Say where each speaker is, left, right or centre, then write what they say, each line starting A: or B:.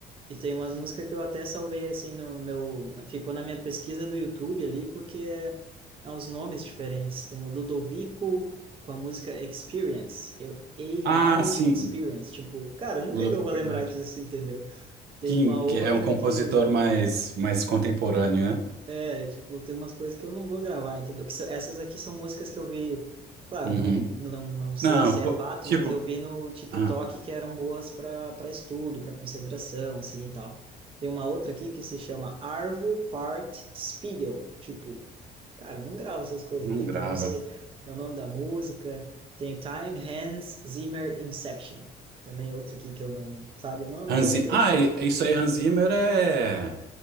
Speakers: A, on the right; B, on the right.
A: e tem umas músicas que eu até salvei, assim, no meu. Ficou na minha pesquisa do YouTube ali, porque é, é uns nomes diferentes. Tem o Ludovico com a música Experience, eu, Einaudi
B: Ah, sim,
A: Experience. Tipo, cara, nunca
B: Ludovico
A: que eu vou
B: Bernardi.
A: lembrar disso, entendeu? Tem
B: Que,
A: uma
B: que
A: outra
B: é um compositor
A: que
B: mais, mais contemporâneo, né?
A: É, tipo, tem umas coisas que eu não vou gravar, entendeu? Que são- essas aqui são músicas que eu vi, claro,
B: Uhum.
A: não, não, não sei
B: Não,
A: se
B: pô,
A: é fato,
B: tipo,
A: mas eu vi no TikTok
B: ah,
A: que eram boas para para estudo, para concentração, assim e tal. Tem uma outra aqui que se chama Arvo Part Spiegel. Tipo, cara, eu não gravo essas coisas,
B: não
A: entendeu?
B: grava.
A: Eu não sei é o nome da música. Tem Time, Hans Zimmer, Inception. Também outra aqui que eu não, sabe? Não é uma
B: Hans
A: coisa
B: Zimmer,
A: que eu.
B: ah, e- isso aí, Hans Zimmer é,